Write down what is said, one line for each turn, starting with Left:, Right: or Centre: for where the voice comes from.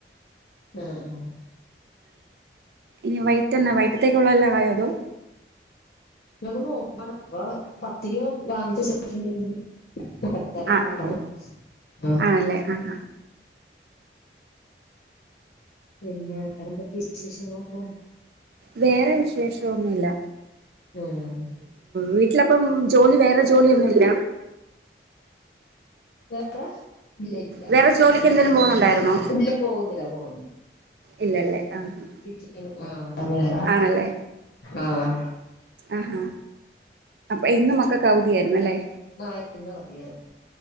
Left: <unintelligible>
Right: ഇനി വൈട്ട് എന്നാ വൈട്ട്ത്തേക്കുള്ള എല്ലാം ആയോ അതോ
Left: ഞങ്ങക്ക് നോമ്പാണ് അപ്പ പത്തിരി വാങ്ങിച്ച വെച്ചിട്ടുണ്ട് ഇനി കറി
Right: ആ
Left: ഇണ്ടാക്കണം
Right: ഓ
Left: ആഹ്
Right: ആണല്ലേ ആ ആ
Left: പിന്നെ വേറെ എന്തൊക്കെ വിശേഷങ്ങളൊക്കെ
Right: വേറെ വിശേഷൊന്നുമില്ല
Left: ആഹ്
Right: വീട്ടിലപ്പം ജോലി വേറെ ജോലിയൊന്നും ഇല്ല
Left: വേറെ ഇല്ല ഇല്ല
Right: വേറെ ജോലിക്ക് എന്തേലും പോകുന്നുണ്ടായിരുന്നോ
Left: ഇല്ല പോകുന്നില്ല പോകുന്നില്ല
Right: ഇല്ലല്ലേ ആഹ ആഹ്
Left: ആഹ് ഇവിടെ വേറെ
Right: ആണല്ലേ
Left: ആഹ
Right: ആഹാ അപ്പൊ ഇന്ന് മക്കക്ക് അവുതി ആയിര്ന്നല്ലെ
Left: ആഹ ഇന്ന് അവധി ആർന്നു